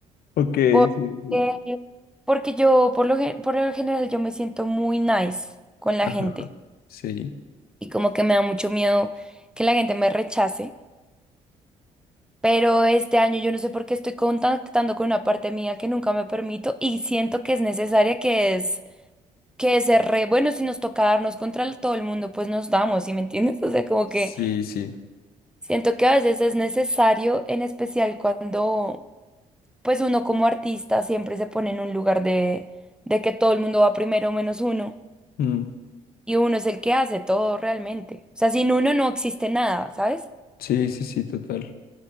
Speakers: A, on the left (about 70°); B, in the centre.
A: Ok,
B: Porque,
A: sí, sí.
B: porque yo, por lo, gen- por lo general, yo me siento muy nice con la
A: Ajá.
B: gente.
A: Sí,
B: Y como que me da mucho miedo que la gente me rechace. Pero este año yo no sé por qué estoy contactando con una parte mía que nunca me permito. Y siento que es necesaria, que es, que es ser re bueno. Si nos toca darnos contra el- todo el mundo, pues nos damos, ¿sí me entiendes? O sea, como
A: sí,
B: que.
A: sí.
B: Siento que a veces es necesario, en especial cuando pues uno como artista siempre se pone en un lugar de, de que todo el mundo va primero menos uno
A: Mm,
B: y uno es el que hace todo realmente. O sea, sin uno no existe nada, ¿sabes?
A: Sí, sí, sí, total.